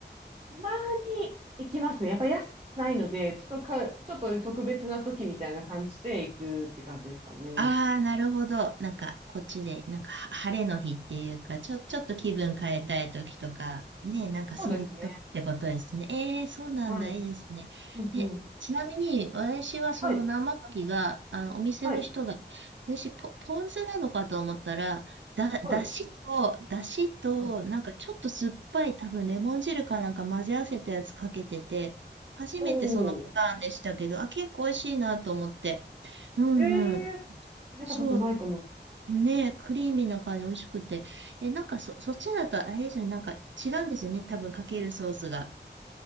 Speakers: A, on the right (about 30°); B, on the right (about 90°).
A: たまに行きますね。やっぱ安くないので、ちょっとか、ちょっと特別な時みたいな感じで行くって感じですかね。
B: ああ、なるほど。なんか、こっちで、なんか、は晴れの日っていうか、ちょ、ちょっと気分変えたい時とか、ね、なんかそういう時ってことですね。
A: そうですね。
B: ええ、そうなんだ、
A: はい。
B: いいですね。
A: うんうん。
B: え、ちなみに、私はその生牡蠣が、
A: はい。
B: あの、お店の人が、
A: はい。
B: 私、ポ、ポン酢なのかと思ったら、だ、
A: はい。
B: だしと、だしと、
A: はい
B: なんかちょっと酸っぱい、多分レモン汁かなんか混ぜ合わせたやつかけてて、初めてそのパターンでしたけど、
A: おー。
B: あ、結構美味しいなと思って。うんうん。
A: ええー見たことないかも。
B: そうね、クリーミーな感じ、美味しくて。え、なんかそ、そっちだとあれですよね、なんか違うんですよね、多分かけるソースが。